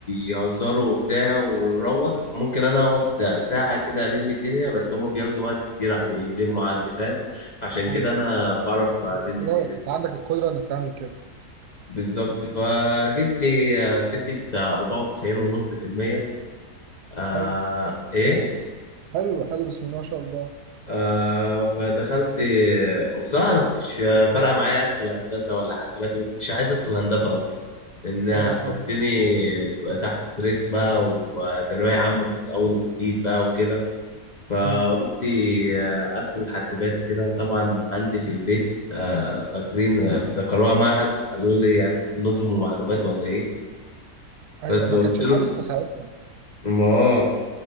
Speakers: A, on the left; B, on the right.
A: يهزروا وبتاع ونروح ممكن انا اقعد ساعة كده الم الدنيا بس هم بياخدوا وقت كتير على يلموا عني فاهم عشان كده
B: أيوه
A: انا
B: أيوه فاهم
A: بعرف الم
B: دي قدرات
A: الدنيا
B: أنت عندك القدرة إنك تعمل كده
A: بالظبط فجبت آه، في سكة آه، 94 ونص في المية آه
B: حلو
A: ايه
B: حلو حلو بسم الله ما شاء الله
A: آه فدخلت وبصراحة أنا كنتش فارقة معايا أدخل هندسة ولا حاسبات وما كنتش عايز أدخل هندسة أصلا لأن هتحطني
B: أيوه فاهم
A: تحت ستريس بقى وثانوية عامة من أول وجديد بقى وكده فقلت
B: أمم.
A: آه، أدخل حاسبات وكده طبعا عندي في البيت آه، فاكرين افتكروها معهد قالوا لي هتدخل نظم ومعلومات ولا إيه
B: أيوه
A: بس
B: ما
A: قلت
B: كانتش معروفة
A: له
B: ساعتها
A: ما آه،